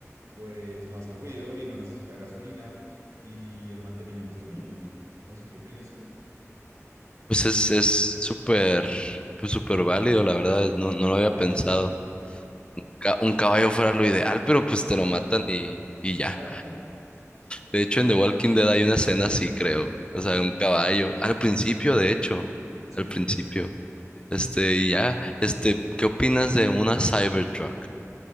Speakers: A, on the right (about 75°); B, on the left (about 20°).
A: pues no hace ruido y no necesita gasolina y el mantenimiento es mínimo. No sé qué opinas tú.
B: Pues es, es súper, pues súper válido, la verdad, no, no
A: Un
B: lo había
A: caballo.
B: pensado. ca- un caballo fuera lo ideal, pero pues te lo
A: Claro.
B: matan y, y ya.
A: Ah,
B: De hecho, en The Walking Dead hay una escena así, creo. O sea,
A: ok.
B: un caballo. Al principio, de hecho.
A: Sí.
B: Al principio. Este, y ya. Este, ¿qué opinas de una Cybertruck?